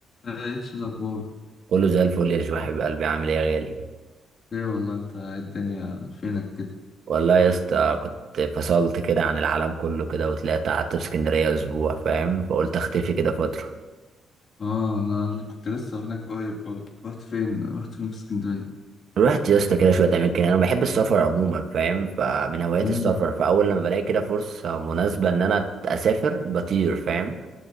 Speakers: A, on the left (about 45°); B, on the right (about 60°).
A: ايش الاخبار
B: كله زي الفل يا جو حبيب قلبي عامل ايه يا غالي
A: ايه والله انت إيه الدنيا فينك كده
B: والله يا اسطى كنت فصلت كده عن العالم كله كده وطلعت قعدت في اسكندريه اسبوع فاهم فقلت اختفي كده فتره
A: اه انا اللي كنت لسه هناك قريب برضه رحت فين رحت فين في اسكندريه
B: رحت يا اسطى كده شويه اماكن انا بحب السفر عموما فاهم فمن هوايات
A: امم
B: السفر فاول لما بلاقي كده فرصه مناسبه ان انا اسافر بطير فاهم